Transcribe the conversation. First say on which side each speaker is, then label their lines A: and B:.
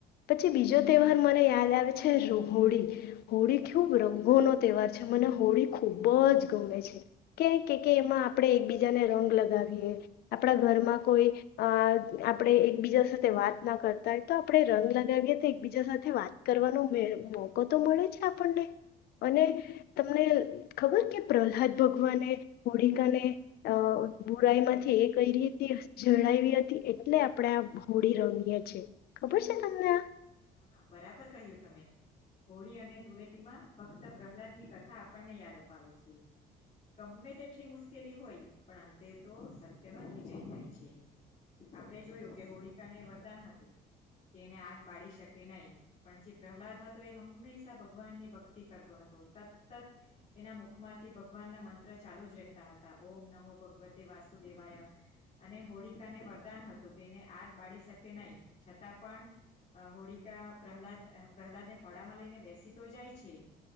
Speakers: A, on the left; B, on the left.
A: પછી બીજો તહેવાર મને યાદ આવે છે રોહોળી હોળી ખુબ રંગોનો તહેવાર છે મને હોળી ખૂબ જ ગમે છે કે કે કે એમાં આપણે એકબીજાને રંગ લગાવીએ આપણા ઘરમાં કોઈ આ આપણેે એકબીજા સાથે વાત ના કરતા હોય તો આપણે રંગ લગાવીએ તે એકબીજા સાથે વાત કરવાનો મે મોકો તો મળે છે આપણને અને તમને ખબર કે પ્રહલાદ ભગવાને હોળકાને અ બુરાઈ માંથી એ કઈ રીતે જણાયવી હતી એટલે આપડણે આ હોડી રમીએ છે. ખબર
B: હા હા
A: તમને આ
B: હા હા બરાબર કહ્યું તમે હોળી અને ધૂળેતીમાં ભક્ત પ્રહલાદની કથા આપણને યાદ અપાવે છે ગમે તેટલી મુશ્કેલી હોય પણ અંતે તો સત્યનો જ વિજય થાય છે આપણે જોયું કે હોળિકાને વરદાન હતું. કે એને આગ બાડી શકે નઈ પણ જે પ્રહલાદ હતો એ હંમેશા ભગવાન ની ભક્તિ કરતો હતો સતત એના મુખમાંથી ભગવાનના મંત્ર ચાલુ જ રહેતા હતા ઓમ નમો ભગવતે વાસુદેવાય અને હોળકાાને વરદાન હતું કે એને આગ બાડી શકે નઈ છતાં પણ અ હોળિકા પ્રહલાદ પ્રહલાદને ખોડામાં લઈને બેસી તો જાય છે